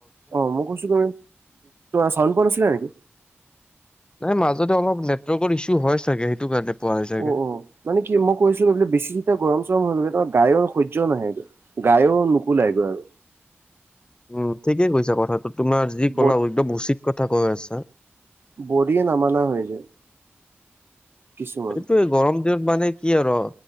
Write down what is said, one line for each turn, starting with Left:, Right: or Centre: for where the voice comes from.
Right: অ মই কৈছো <unintelligible> চাউণ্ড পোৱা নাছিলা নেকি?
Left: নাই মাজতে অলপ নেটৱৰ্কৰ ইচোঁ হয় চাগে সেইটো কাৰণে। পোৱা নাই চাগে
Right: অ', অ' মানে কি মই কৈছিলোঁ বোলে বেছি যেতিয়া গৰম চৰম হৈ <unintelligible> গায়ৰ সহ্য নাহেগৈ। গায়ো নুকোলাই গৈ আৰু।
Left: উম, ঠিকে কৈছা কথাটো, তোমাৰ
Right: আৰু
Left: যি কলা একদম উচিত কথা কৈ আছা।
Right: বডিয়ে নামানা হৈ যায়। কিছুমান
Left: এইটো গৰম দিনত মানে কি আৰু